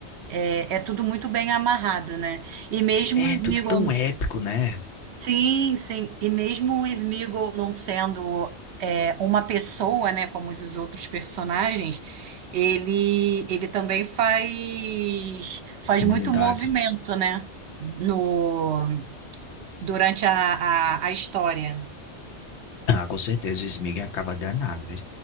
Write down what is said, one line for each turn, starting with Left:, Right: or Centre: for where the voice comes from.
Right: é, é tudo muito bem amarrado, né? E mesmo
Left: É,
Right: o Sméagol,
Left: tudo tão épico, né?
Right: sim, sim, e mesmo o Sméagol não sendo é, uma pessoa, né, como os os outros personagens, ele ele também faz faz
Left: Humanidade.
Right: muito movimento, né? No durante a, a, a história.
Left: Ah, com certeza o Smeagol acaba danado, viu?